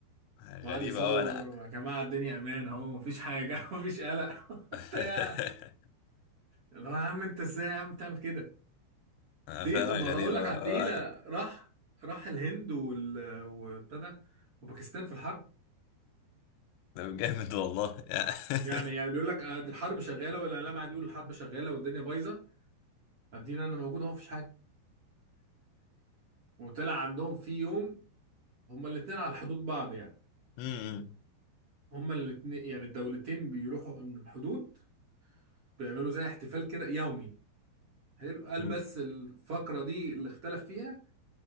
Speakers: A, on the left; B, on the right.
A: غريبة
B: وقعد يصور
A: اوي انا
B: ويا جماعة الدنيا امان اهو مفيش حاجة <laughs> مفيش قلق <laughs>
A: <laughs>
B: بتاع. اللي هو يا عم انت ازاي يا عم تعمل كده
A: أنا
B: تيه
A: فعلا
B: طب ما
A: غريبة
B: هقول لك على
A: آه،
B: التقيلة
A: أنا
B: راح راح الهند وال... وابتدى وباكستان في الحرب
A: ده جامد والله <laughs>
B: يعني يعني بيقول لك آه، دي الحرب شغالة والإعلام قاعد يقول الحرب شغالة والدنيا بايظة قاعدين أنا موجود أهو مفيش حاجة وطلع عندهم في يوم هما الاتنين على حدود بعض يعني
A: أمم،
B: هما الاتنين يعني الدولتين بيروحوا من الحدود بيعملوا زي احتفال كده يومي حلو قال
A: أمم.
B: بس الفقرة دي اللي اختلف فيها